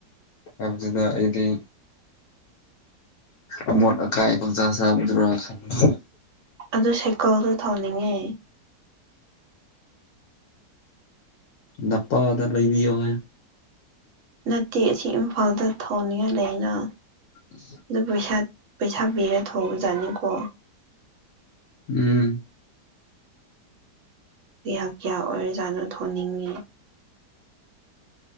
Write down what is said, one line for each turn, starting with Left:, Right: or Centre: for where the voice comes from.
Left: ꯍꯥꯏꯕꯁꯤꯗ ꯑꯩꯗꯤ ꯑꯃꯣꯠ ꯑꯀꯥꯏ ꯄꯪꯆꯥ ꯆꯥꯕꯗꯨꯔꯥ ꯈꯟꯕ
Right: ꯑꯗꯨ ꯁꯥꯏꯀꯜꯗꯣ ꯊꯧꯅꯤꯡꯉꯦ
Left: ꯅꯄꯥꯗ ꯂꯩꯕꯤꯌꯣ ꯍꯥꯏꯌꯣ
Right: ꯅꯠꯇꯦ ꯑꯁꯤ ꯏꯝꯐꯥꯜꯗ ꯊꯧꯅꯤꯡꯉꯥꯏ ꯂꯩꯌꯦꯅ
Left: <inaudible>
Right: ꯑꯗꯨ ꯄꯩꯁꯥ ꯄꯩꯁꯥ ꯄꯤꯔ ꯊꯧꯕꯖꯥꯠꯅꯤꯀꯣ
Left: ꯎꯝ
Right: ꯀꯌꯥ ꯀꯌꯥ ꯑꯣꯏꯔꯖꯥꯠꯅꯣ ꯊꯧꯅꯤꯡꯉꯦ